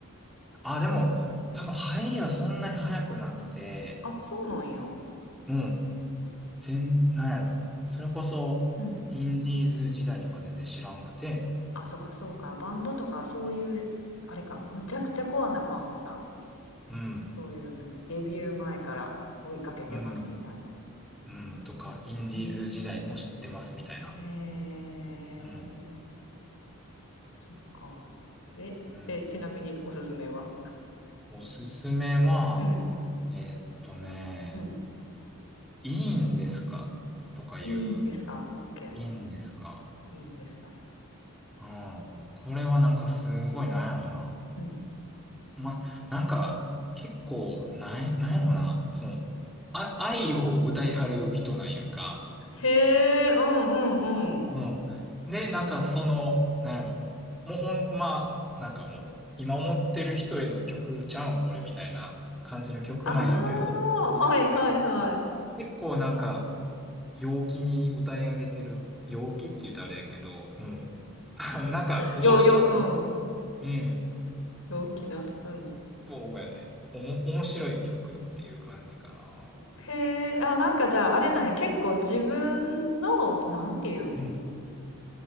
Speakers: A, in the centre; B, on the left.
A: あ、でも、多分入りはそんなに早くなくて、
B: あ、そうなんや。
A: うん、全、なんやろ。それこそ、
B: うん。
A: インディーズ時代とか全然知らんくて、
B: あ、そっかそうか。バンドとかそういう、あれか、むちゃくちゃコアなファンはさ、
A: うん。
B: そういう何、デビュー前から追いかけてますみたいな。
A: うん。うん、とか、インディーズ時代も知ってますみたいな。
B: へえーへえ、
A: うん、
B: そっか。え、
A: うん。
B: で、ちなみにおすすめは
A: おすすめは、
B: うん。
A: えーっとね、
B: うん。
A: いいんですかとかいう、
B: いいんですか ?OK。
A: いいんですか
B: いいんですか
A: うん。これはなんかすごいなんやろうな。
B: うん。
A: ま、なんか、結構、なんや、なんやろうな。その、あ、愛を歌いはる人なんやんか。
B: へえ、うんうんうん。
A: うん。で、なんかその、なんやろ。もうほんま、なんかもう、今思ってる人への曲ちゃうん、これみたいな感じの曲なんやけど、
B: ああ、はいはいは
A: 結構なんか、陽気に歌い上げてる、陽気って言ったらあれやけど、うん。<laughs> なんか、面白く、
B: い。よ、よ、うん。
A: うん。
B: 陽気な。うん。
A: そうやね。おも、面白い曲っていう感じかな。
B: へえ、あ、なんかじゃああれなんや、結構自分の、なんていうん、
A: うん。